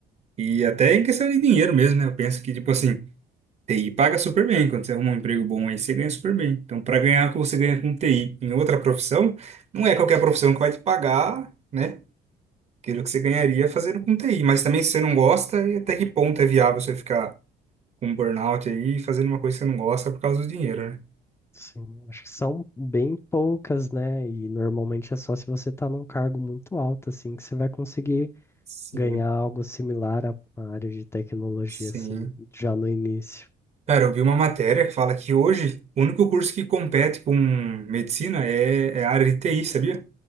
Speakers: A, on the right (about 40°); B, on the left (about 15°).
A: E até em questão de dinheiro mesmo, né? Eu penso que, tipo assim... TI paga super bem. Quando você arruma um emprego bom aí, você ganha super bem. Então, para ganhar o que você ganha com TI em outra profissão, não é qualquer profissão que vai te pagar, né? Aquilo que você ganharia fazendo com TI. Mas também se você não gosta, e até que ponto é viável você ficar com um burnout aí, fazendo uma coisa que você não gosta por causa do dinheiro, né?
B: Sim, acho que são bem poucas, né? E normalmente é só se você tá num cargo muito alto, assim, que você vai conseguir
A: Sim,
B: ganhar algo similar à à área de tecnologia,
A: sim.
B: assim, já no início.
A: Cara, eu vi uma matéria que fala que hoje o único curso que compete com medicina é, é a área de TI, sabia?